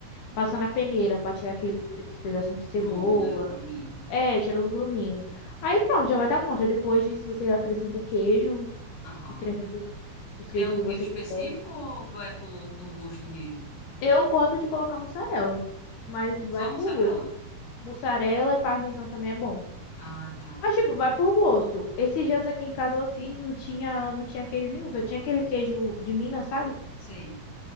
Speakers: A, on the left; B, on the left.
A: passa na peneira pra tirar aquele pe- esse pedacinho de
B: O
A: cebola.
B: gromo, né? O grominho.
A: É, tira os gruminhos. Aí pronto, já vai estar pronto. Aí depois disso você acrescenta queijo,
B: Aham.
A: acrescenta os queijos
B: Tem algum
A: que
B: queijo
A: você
B: específico
A: quiser.
B: ou vai por, por gosto mesmo?
A: Eu gosto de colocar mussarela, mas vai
B: Só mussarela?
A: por gosto. Mussarela e parmesão também é bom.
B: Ah, tá.
A: Mas, tipo, vai por gosto. Esses dias aqui em casa eu fiz, não tinha, não tinha queijo nenhum, só tinha aquele queijo de Minas, sabe?
B: Sei.